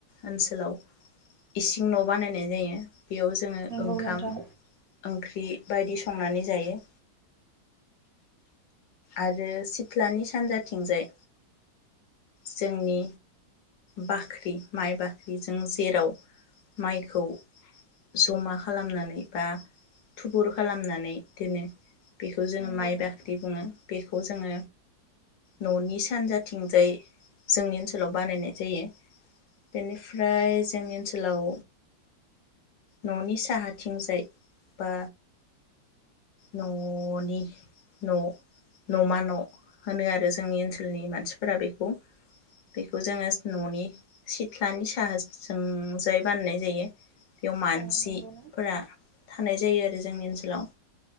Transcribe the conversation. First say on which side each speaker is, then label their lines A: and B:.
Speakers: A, on the left; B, on the right.
A: ओनसोलाव इसिं न' बानायनाय जायो। बेयाव जोङो
B: नंगौ
A: ओंखाम
B: नोंथां
A: ओंख्रि बायदि संनानै जायो आरो सिथ्लानि सानजाथिंजाय जोंनि बाख्रि माइ बाख्रि जों जेराव माइखौ जमा खालामनानै बा थुबुर खालामनानै दोनो बे खौ जोङो
B: नंगौ
A: माइ
B: नोंथां
A: बाख्रि बुङो। बेखौ जोङो न'नि सानजाथिंजाय जोंनि ओनसोलाव बानायनाय जायो बेनिफ्राय जोंनि ओनसोलाव न'नि साहाथिंजाय बा न'नि न' न'मा न' होनो आरो जोंनि ओनसोलनि मानसिफोरा बेखौ बेखौ जोङो न'नि सिथ्लानि साहाजोंजाय बानायनाय जायो। बे मानसिफोरा
B: अ नंगौना
A: थानाय जायो आरो जोंनि ओनसोलाव।